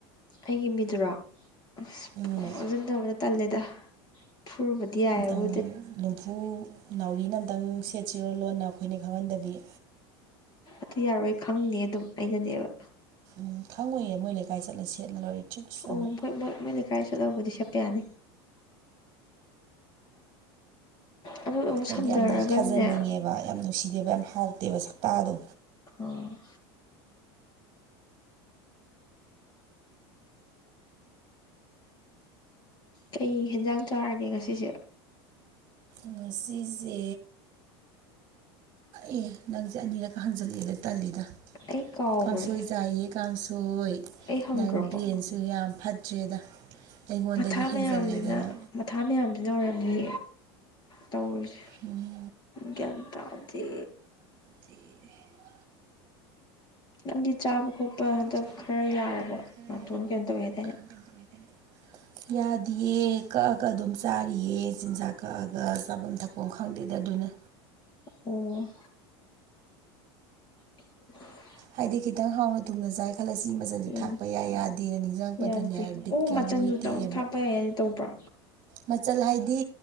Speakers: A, on the left; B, on the right.
A: ꯑꯩꯒꯤ ꯃꯤꯗꯨꯔꯣ ꯑꯁ
B: ꯎꯝ
A: ꯑꯣꯖꯟꯗꯕꯅ ꯇꯜꯂꯦꯗ ꯐꯨꯔꯨꯕꯗꯤꯌꯥꯕꯨ
B: ꯑꯝꯇꯪ ꯂꯨꯝꯐꯨ ꯅꯥꯎꯔꯤꯅ ꯑꯝꯇꯪ ꯁꯦꯠꯁꯤꯔꯣ ꯂꯣꯟꯅ ꯑꯩꯈꯣꯏꯅ ꯈꯪꯍꯟꯗꯕꯤꯢ
A: ꯑꯗꯨ ꯌꯥꯔꯣꯏ ꯈꯪꯗꯦ ꯗꯨꯝ ꯑꯩꯅꯅꯦꯕ
B: ꯎꯝ ꯈꯪꯉꯣꯏꯌꯦ ꯃꯣꯏ ꯂꯩꯀꯥꯏ ꯆꯠꯂ ꯁꯦꯠꯂ ꯂꯣꯏꯔꯦ ꯇ꯭ꯔꯤꯛꯁ
A: ꯑꯣ
B: ꯑꯅ
A: ꯍꯣꯏ ꯃꯣꯏ ꯃꯣꯏ ꯂꯩꯀꯥꯏ ꯆꯠꯂꯧꯕꯗꯤ ꯁꯦꯠꯄ ꯌꯥꯅꯤ ꯑꯗꯨ ꯑꯃꯨꯛ
B: ꯍꯥꯏꯗꯤ
A: ꯁꯝꯅꯔꯒꯅꯦ
B: ꯌꯥꯝꯅ ꯊꯥꯖꯟꯅꯤꯡꯉꯦꯕ ꯌꯥꯝ ꯅꯨꯡꯁꯤꯗꯦꯕ ꯌꯥꯝ ꯍꯥꯎꯇꯦꯕ ꯁꯛꯇꯇꯥꯗꯣ
A: ꯑꯣ ꯀꯩ ꯍꯦꯟꯖꯥꯡ ꯆꯥꯔꯒꯦ ꯉꯁꯤꯁꯦ
B: ꯉꯁꯤꯁꯦ ꯑꯦ ꯅꯪꯁꯦ ꯑꯅꯤꯔꯛ ꯍꯪꯖꯜꯂꯛꯑꯦꯗ ꯇꯜꯂꯤꯗ
A: ꯑꯩ ꯀꯥꯎꯈ꯭ꯔꯦ
B: ꯀꯥꯡꯪꯁꯣꯏ ꯆꯩ ꯀꯥꯡꯁꯣꯏ
A: ꯑꯩ ꯍꯪꯈ꯭ꯔꯕꯣ
B: ꯅꯪ ꯕ꯭ꯔꯦꯟꯁꯨ ꯌꯥꯝ ꯐꯠꯇ꯭ꯔꯦꯗ ꯑꯩꯉꯣꯟꯗꯒꯤ
A: ꯃꯊꯥ ꯃꯌꯥꯝꯁꯤꯅ
B: ꯍꯦꯟꯖꯜꯂꯦꯗꯅ
A: ꯃꯊꯥ ꯃꯌꯥꯝꯗꯨ ꯅꯧꯔꯝꯅꯤ ꯇꯧꯔꯤꯁꯦ
B: ꯎꯝ
A: ꯒꯤꯌꯥꯜ ꯇꯥꯗꯦ
B: ꯊ <unintelligible>
A: ꯅꯪꯗꯤ ꯆꯥꯕ ꯈꯣꯠꯄ ꯍꯟꯗꯛ
B: ꯑ ꯆꯥꯕ
A: ꯈꯔ
B: ꯈꯠꯇꯦꯗ
A: ꯌꯥꯔꯕꯣ ꯅꯥꯇꯣꯟ
B: ꯌꯥꯔꯦ
A: ꯀꯩꯅꯣ ꯇꯧꯋꯦ ꯍꯥꯏꯗꯥꯏꯅꯦ
B: ꯈꯪꯒꯗꯅꯦ ꯌꯥꯗꯤꯌꯦ ꯀꯛꯑꯒ ꯑꯗꯨꯝ ꯆꯥꯔꯤꯑ ꯆꯤꯟꯖꯥꯛ ꯀꯛꯑꯒ ꯆꯥꯐꯝ ꯊꯛꯄ ꯄꯣꯡꯈꯥꯡꯗꯦꯗ ꯑꯗꯨꯅ
A: ꯑꯣ <unintelligible>
B: ꯍꯥꯏꯗꯤ ꯈꯤꯇꯪ ꯍꯥꯎꯅ ꯊꯨꯝꯅ ꯆꯥꯏ ꯈꯜꯂꯁꯤ ꯃꯆꯜ
A: ꯎꯝ
B: ꯊꯥꯛꯄ ꯌꯥꯏ ꯌꯥꯗꯦꯅ ꯅꯤꯡꯁꯤꯡꯉꯛꯄꯗꯅꯦ
A: ꯌꯥꯗꯦ
B: ꯕꯤꯠꯀ
A: ꯑꯣ ꯃꯆꯟꯁꯨ
B: ꯂꯣꯏ ꯇꯦꯛꯑꯦꯕ
A: ꯊꯥꯛꯄ ꯌꯥꯏ ꯍꯥꯏꯅ ꯇꯧꯕ꯭ꯔꯥ
B: ꯃꯆꯜ ꯍꯥꯏꯗꯤ